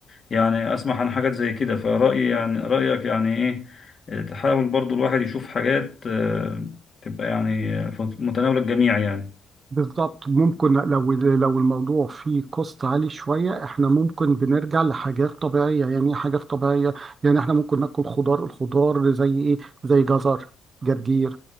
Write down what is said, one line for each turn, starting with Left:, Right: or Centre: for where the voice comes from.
Left: يعني أسمع عن حاجات زي كده فرأيي يعني رأيك يعني إيه آه، تحاول برضو الواحد يشوف حاجات آه، تبقى يعني آه، في متناول الجميع يعني
Right: بالظبط ممكن لو لو الموضوع فيه كوست عالي شوية احنا ممكن بنرجع لحاجات طبيعية يعني ايه حاجات طبيعية يعني احنا ممكن ناكل خضار الخضار زي ايه زي جزر جرجير